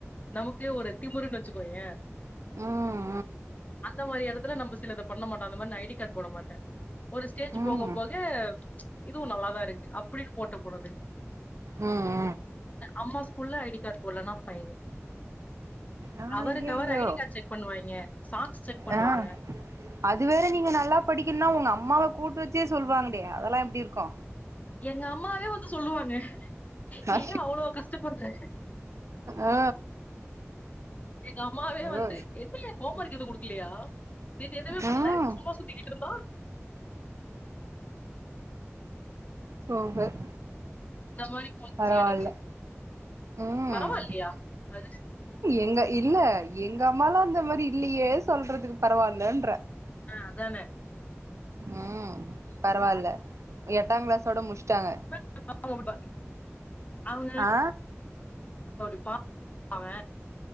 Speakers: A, on the left; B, on the right.
A: நமக்கே ஒரு திமுறுன்னு வச்சுக்கோய
B: ம் ம்
A: அந்த மாதிரி எடத்துல நம்ம சிலத பண்ண மாட்டோ அந்த மாறி நா ஐடி கார்டு போட மாட்ட ஒரு ஸ்டேஜ்
B: ம்
A: போக போக இதுவு நல்லாதா இருக்கு அப்டின்னு போட்டு போனது
B: உம்
A: அம்மா ஸ்கூல்ல ஐடி கார்டு போடலனா பைனு
B: ஆ
A: அவருக்கு
B: ஐயையோ
A: அவர் ஐடி கார்டு செக் பண்ணுவாங்கிய சாக்ஸ் செக் பண்ணுவாங்க
B: ஆ அதுவேற நீங்க நல்லா படிக்கன்னா உங்க அம்மாவ கூட்டு வச்சே சொல்வாங்டே அதெல்லா எப்டி இருக்கு
A: எங்க அம்மாவே வந்து சொல்லுவாங்க
B: அ
A: நீ ஏ அவ்ளோ கஷ்டப்பட்ற
B: ஆ
A: எங்க அம்மாவே வந்து
B: ஐயோ
A: என்ன ஹோம் ஒர்க் எதுவு குடுக்கலையா நேத்து எதுவுமே பண்ணல
B: ம்
A: சும்மா சுத்திகிட்டு இருந்தா
B: சூப்பர்
A: இந்த மாரி போச்சு
B: பரவாயில்ல
A: எனக்கு
B: ம்
A: பரவால்லையா அது
B: எங்க இல்ல எங்க அம்மாலா இந்த மாரி இல்லயே சொல்றதுக்கு பரவாயிலன்ற
A: ஆ அதான
B: ம் பரவாயில்ல எட்டா கிளாஸோட முடிச்டாங்க
A: <inaudible> அவங்க
B: ஆ
A: <inaudible> போவ